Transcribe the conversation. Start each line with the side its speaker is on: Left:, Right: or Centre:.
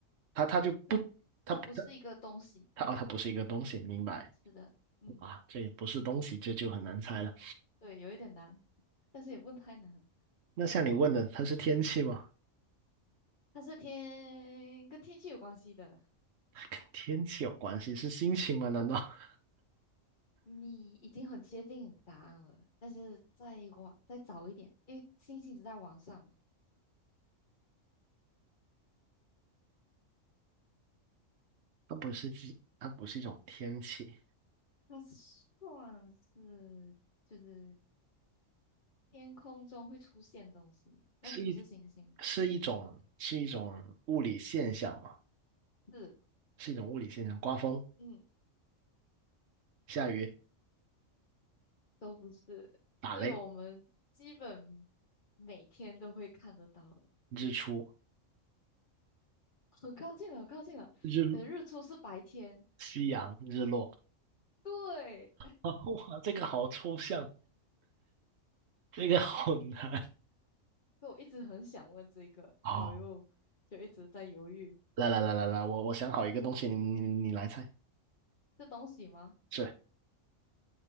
Right: 它它就不它不它
Left: 它它不是一个东西。
Right: 它啊它不是一个东西，明白
Left: 是的，嗯，
Right: 啊？这也不是东西，这就很难猜了。
Left: 对，有一点难，但是也不太难。
Right: 那像你问的，它是天气吗？
Left: 它是天跟天气有关系的。
Right: 跟天气有关系，是心情吗？难道 <laughs>
Left: 你已经很接近答案了，但是再往再早一点，因为星星是在往上嘛，
Right: 它不是一，它不是一种天气，
Left: 那算是。就是天空中会出现东西，但是不是星星，
Right: 是一是一种是一种物理现象吗？
Left: 是
Right: 是一种物理现象，刮风、
Left: 嗯，
Right: 下雨、
Left: 都不是，
Right: 打雷、
Left: 是我们基本每天都会看得到的，
Right: 日出、
Left: <laughs> 很靠近了，很靠近了。
Right: 日
Left: 可是日出是白天，
Right: 夕阳、日落。<laughs>
Left: 对，
Right: 啊，哇，这个好抽象，这个好难。
Left: 所以我一直很想问这个，
Right: 哦，
Left: 然后又就一直在犹豫，
Right: 来来来来来，我我想好一个东西，你你你来猜，
Left: 是东西吗？
Right: 是